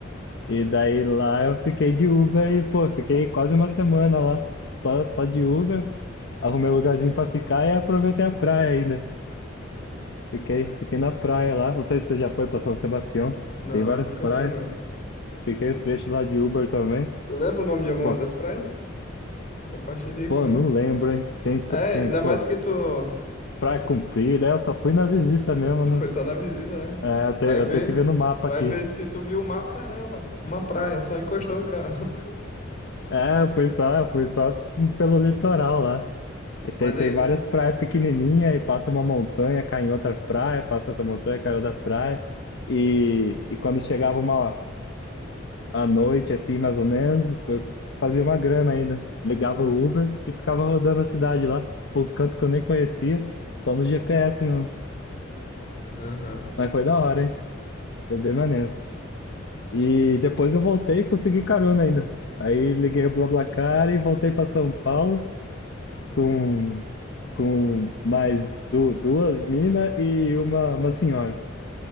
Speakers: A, on the left; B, on the left.
A: E daí lá eu fiquei de Uber e, pô, fiquei quase uma semana lá, só, só de Uber, arrumei um lugarzinho pra ficar e aproveitei a praia ainda. Fiquei, fiquei na praia lá. Não sei se você já foi para São Sebastião.
B: Não,
A: Tem várias
B: nunca
A: praias.
B: fui, não.
A: Fiquei o trecho lá de Uber também.
B: Tu lembra o nome de alguma
A: Pô,
B: das praias? Compartilha aí
A: pô,
B: comigo.
A: não lembro, hein? Tem, só-
B: É,
A: tem,
B: ainda
A: pô,
B: mais que tu,
A: praia
B: tu,
A: comprida. É, Eu só fui na visita mesmo.
B: tu
A: Não...
B: foi só na visita, né?
A: É,
B: Vai
A: eu tenho, eu
B: ver,
A: tenho que ver no mapa
B: vai
A: aqui.
B: ver se tu viu o mar, caramba. Uma praia, só encostou o carro.
A: É, eu fui só, eu fui só pelo litoral lá.
B: <laughs>
A: E tem,
B: Mas aí.
A: tem várias praias pequenininhas e passa uma montanha, cai em outra praia, passa outra montanha, cai em outra praia. E, e quando chegava uma, à noite, assim, mais ou menos. Eu fazia uma grana ainda. Ligava o Uber e ficava rodando a cidade lá, pelos cantos que eu nem conhecia, só no GPS mesmo.
B: Aham.
A: Mas foi da hora, hein? Foi bem maneiro. E depois eu voltei e consegui carona ainda. Aí liguei o BlaBlaCar e voltei para São Paulo com, com mais du duas minas e uma, uma senhora.